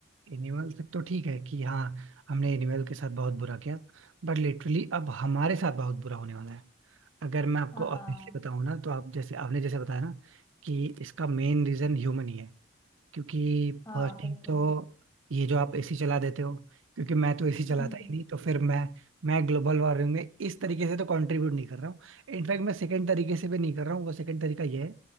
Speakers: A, on the right; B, on the left.
A: एनिमल तक तो ठीक है कि हाँ हमने एनिमल के साथ बहुत बुरा किया बट लिटरली अब हमारे साथ बहुत बुरा होने वाला है अगर मैं आपको
B: हाँ
A: ऑनेस्टली बताऊं ना तो आप जैसे आपने जैसे बताया ना कि इसका मेन रीजन ह्यूमन ही है क्योंकि
B: हाँ
A: फर्स्ट
B: बिल्कुल
A: थिंग तो ये जो आप एसी चला देते हो क्योंकि मैं तो एसी चलाता
B: हम्म हम्म
A: ही नहीं तो फिर मैं मैं ग्लोबल वार्मिंग में इस तरीके से तो कंट्रीब्यूट नहीं कर रहा हूँ इनफैक्ट मैं सेकंड तरीके से भी नहीं कर रहा हूँ वो सेकंड तरीका ये है